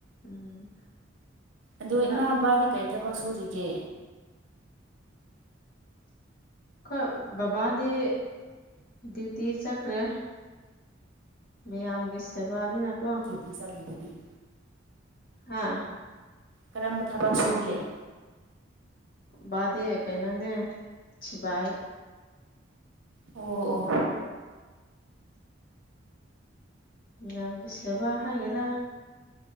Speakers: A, on the left; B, on the right.
A: ꯎꯝ
B: ꯑꯗꯣ
A: ꯃꯔꯛ
B: ꯏꯃꯥ ꯕꯕꯥꯗꯤ ꯀꯩ ꯊꯕꯛ ꯁꯨꯔꯤꯒꯦ?
A: ꯈꯣꯏ ꯕꯕꯥꯗꯤ ꯗ꯭ꯌꯨꯇꯤ ꯆꯠꯈ꯭ꯔꯦ꯫ ꯃꯌꯥꯝꯒꯤ ꯁꯦꯕꯥ ꯅꯤꯅꯥꯀꯣ
B: ꯃꯤꯆꯝꯒꯤꯗꯨꯗꯤ
A: ꯍꯥꯥ
B: ꯀꯔꯝꯕ ꯊꯕꯛ ꯁꯨꯒꯦ?
A: ꯕꯥꯗꯤ ꯀꯩꯅꯣꯅꯦ ꯁꯤꯕꯥꯥꯏ
B: ꯑꯣ ꯑꯣ
A: ꯃꯤꯌꯥꯝꯒꯤ ꯁꯦꯕꯥ ꯍꯥꯏꯒꯦꯔꯥ